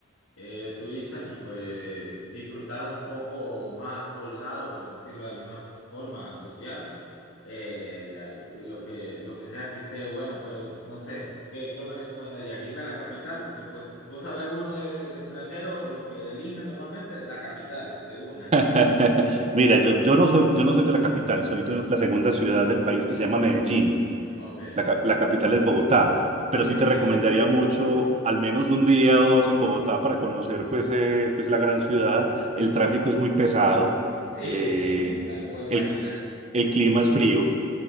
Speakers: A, on the left; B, on the right.
A: eh, de turistas y pues disfrutar un poco más holgado, por decirlo de alguna forma social, eh, la- lo que, lo que sea que esté bueno, pero no sé, ¿qué, qué me recomendarías? Irme a la capital, porque pues vos sabés uno de, de extranjero, lo que elige normalmente, la capital, de una.
B: <laughs> Mira, yo, yo no soy, yo no soy de la capital, soy de la segunda ciudad del país que se llama Medellín.
A: Ok,
B: La, ca- la capital es Bogotá, pero
A: sí,
B: sí te
A: sí,
B: recomendaría mucho al menos un día o dos en Bogotá para conocer pues, eh, pues la gran ciudad. El tráfico es muy pesado,
A: sí,
B: eh,
A: sí, me me lo puedo imaginar.
B: el, el clima es frío